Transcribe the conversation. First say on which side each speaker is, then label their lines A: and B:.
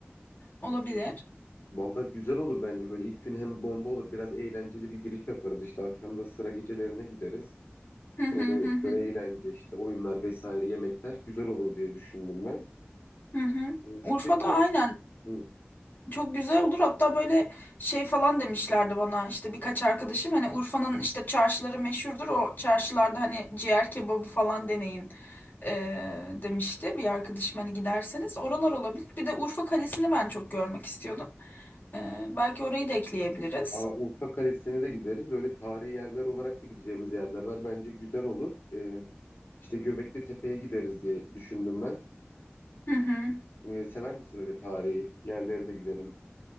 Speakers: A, on the left; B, on the left.
A: Olabilir.
B: Vallahi güzel olur bence böyle ilk gün hem bomba olur biraz eğlenceli bir giriş yaparız işte akşam da sıra gecelerine gideriz
A: Hı hı
B: Ee,
A: hı hı.
B: böyle eğlence işte oyunlar vesaire yemekler güzel olur diye düşündüm ben
A: Hı hı.
B: ee, bir
A: Urfa'da
B: de biliyorum
A: aynen
B: hı.
A: çok güzel olur. Hatta böyle şey falan demişlerdi bana işte birkaç arkadaşım hani Urfa'nın işte çarşıları meşhurdur. O çarşılarda hani ciğer kebabı falan deneyin eee, demişti bir arkadaşım hani giderseniz oralar olabilir. Bir de Urfa Kalesi'ni ben çok görmek istiyordum. Eee, belki orayı da ekleyebiliriz.
B: Aa, Urfa Kalesi'ne de gideriz öyle tarihi yerler olarak da gideceğimiz yerler var bence güzel olur Ee, işte Göbekli Tepe'ye gideriz diye düşündüm ben.
A: Hı hı.
B: Ee, sever misin öyle tarihi yerlere de gidelim?